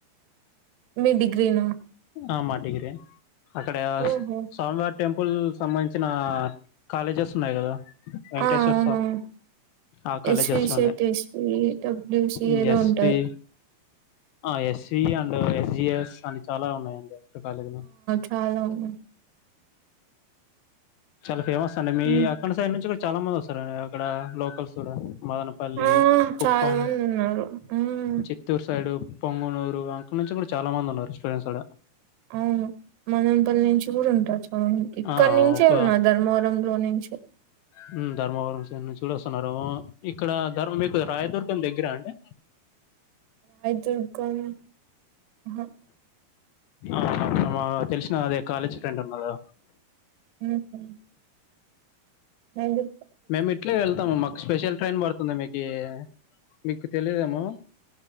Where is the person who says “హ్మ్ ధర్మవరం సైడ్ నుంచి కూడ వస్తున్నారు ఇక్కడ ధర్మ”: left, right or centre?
Left